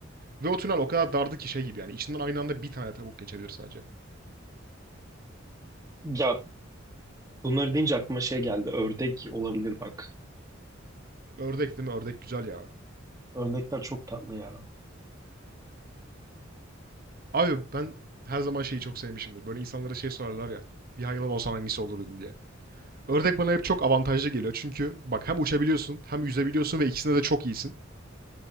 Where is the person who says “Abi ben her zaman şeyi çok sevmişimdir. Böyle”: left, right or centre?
Right